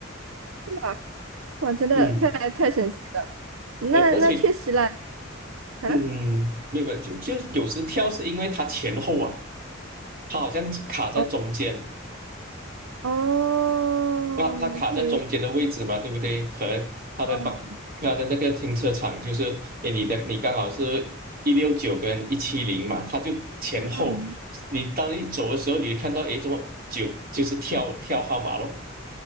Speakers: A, on the right; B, on the right.
A: 哇哇，真的太太神奇了。
B: <laughs> 嗯，
A: 那那确实啦，
B: 而而且
A: 啊。
B: 嗯，没有没有，就就有时跳是因为它前后啊，它好像卡在中间，
A: 哦哦，OK，
B: 那它卡在中间的位置嘛，对不对？可能它的把它的那个停车场就是，
A: 哦，
B: 诶，你的你刚好是一六九跟一七零嘛，它就前后，
A: 嗯，
B: 你当你走的时候，你就看到诶，怎么九就是跳跳号码咯，